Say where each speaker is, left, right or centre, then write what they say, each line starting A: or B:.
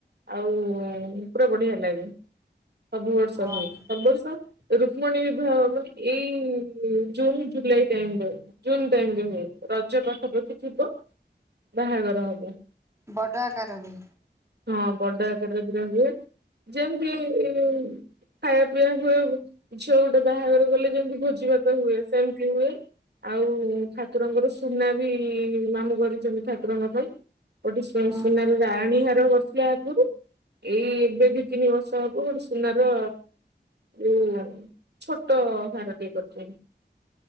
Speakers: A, on the right; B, on the right.
A: ଆଉ ପୁରା ବଢିଆ ଲାଗେ ସବୁ ବର୍ଷ
B: ଓହୋ
A: ହୁଏ ସବୁ ବର୍ଷ। ରୁକ୍ମଣୀ ବିିବାହ ହବ ଏଇ ଜୁନ ଜୁଲାଇ ଟାଇମ୍ ବେଳେ। ଜୁନ୍ ଟାଇମରେ ହୁଏ। ରଜ ପାଠ ବଖିଥିବ ବାହାଘର ହବ।
B: ବଡ଼ ଆକାର ହୁଏ
A: ହଁ ବଡ ଏକାଡେମୀରେ ହୁଏ ଯେମିତି ଖାଇବା ପିଇବା ହୁଏ ଝିଅ ଗୋଟେ ବାହାଘର ଗଲେ ଯେମିତି ଭୋଜି ଭାତ ହୁଏ ସେମିତି ହୁଏ। ଆଉ ଠାକୁରଙ୍କର ସୁନା ବି ମାମୁଁ କରିଛନ୍ତି ଠାକୁରଙ୍କ ପାଇଁ କୋଠି
B: ହଁ
A: ସୁନାର ରାଣୀ ହାର କରିଥିଲା ଆଗରୁ ଏଇ ଏବେ ଦି ତିନି ବର୍ଷ ହବ ଗୋଟେ ସୁନାର ଯୋଉ ଛୋଟ ହେରତି କରଛ